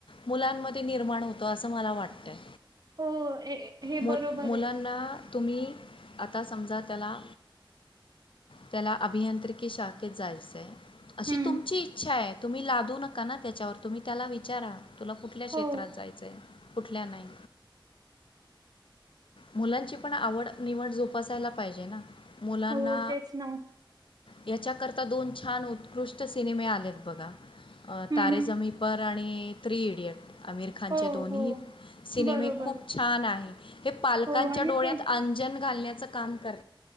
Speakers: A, on the left; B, on the right.
A: मुलांमध्ये ते निर्माण होतं असं मला वाटतं.
B: हो हे
A: मु
B: बरोबर
A: मुलांना
B: आहे.
A: तुम्ही आता समजा त्याला, त्याला अभियांत्रिकी शाखेत जायचं आहे. अशी
B: हं.
A: तुमची इच्छा आहे. तुम्ही लादू नका ना त्याच्यावर तुम्ही त्याला विचारा तुला कुठल्या क्षेत्रात
B: हो,
A: जायचं आहे कुठल्या नाही. मुलांची पण आवड निवड जोपासायला पाहिजे ना! मुलांना
B: हो. तेच ना.
A: याच्याकरता दोन छान उत्कृष्ट सिनेमे आलेत. बघा अ
B: हं,
A: तारे
B: हं.
A: जमी पर. आणि थ्री इडीयट्स. आमिर खानचे
B: हो,
A: दोन्ही
B: हो.
A: सिनेमे
B: बरोबर.
A: खूप छान आहे, हे पालकांच्या
B: हो आणि
A: डोळ्यात
B: ते
A: अंजन घालण्याच काम कर